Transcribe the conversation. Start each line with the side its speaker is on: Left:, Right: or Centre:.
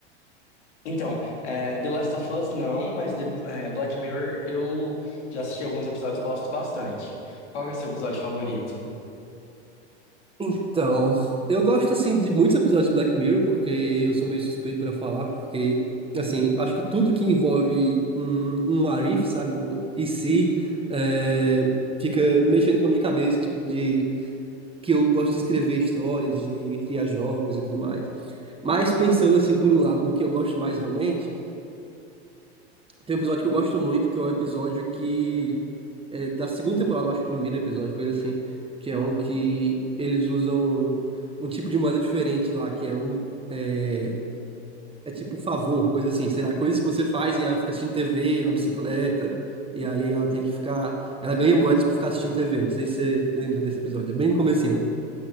Left: Então, é, The Last of Us não, mas The- é, Black Mirror eu já assisti alguns episódios e gosto bastante. Qual que é o seu episódio favorito?
Right: Então, eu gosto assim de muitos episódios de Black Mirror, porque eu sou meio suspeito para falar, porque assim, acho que tudo que envolve um, um what if, sabe, um e se, é, fica mexendo com a minha cabeça, tipo de que eu gosto de escrever histórias, de criar jogos e tudo mais. Mas pensando assim por um lado do que eu gosto mais realmente, tem um episódio que eu gosto muito, que é o episódio que. É, da segunda temporada, eu acho, o primeiro episódio, coisa assim. Que é um que eles usam um tipo de moeda diferente lá, que é um. É, é tipo favor, coisa assim, sei lá, coisas que você faz e ela fica assistindo TV na bicicleta, e aí ela tem que ficar. Ela ganha moedas por ficar assistindo TV. Não sei se você lembra desse episódio, é bem no comecinho.